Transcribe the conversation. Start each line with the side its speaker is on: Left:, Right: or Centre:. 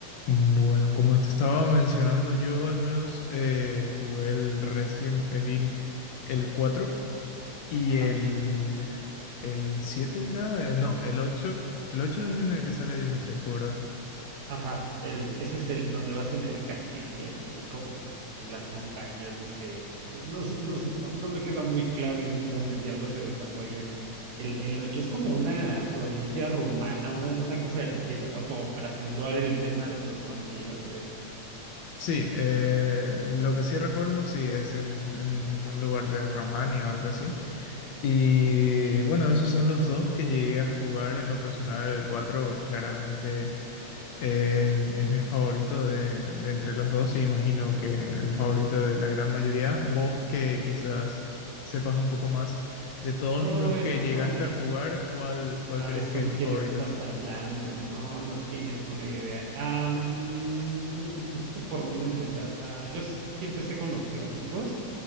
Left: Bueno, como te estaba mencionando, yo al menos eh, jugué el Resident Evil el 4 y
Right: Ajá,
Left: el, el 7 era, eh, no, el ocho El 8 es en el que sale Dimitrescu, ¿verdad?
Right: ajá. El, ese es el donde vas en el castillo y estás como en las montañas, no sé. No, no, s- no s- no- no me queda muy claro en dónde diablo se desarrolla el, el, el 8. Es como una provincia rumana, una, una cosa del estilo, ¿no? Como para acentuar el tema de los vampiros y demás.
Left: Sí, eh, lo que sí recuerdo, sí, es en, en un lugar de Romania o algo así. Y bueno, esos son los dos que llegué a jugar en lo personal. El 4 claramente En- es mi favorito de, de entre los dos y imagino que el favorito de la gran mayoría. Vos que quizás sepas un poco más de todos
Right: Uy,
Left: los que
Right: no,
Left: llegaste a jugar, ¿cuál, cuál
Right: sabes
Left: crees que
Right: con
Left: es tu
Right: quién
Left: favorito?
Right: estás hablando, no, no tienes una idea. Ah, mm, no sé por dónde empezar. Ah, yo sí empecé con los clásicos.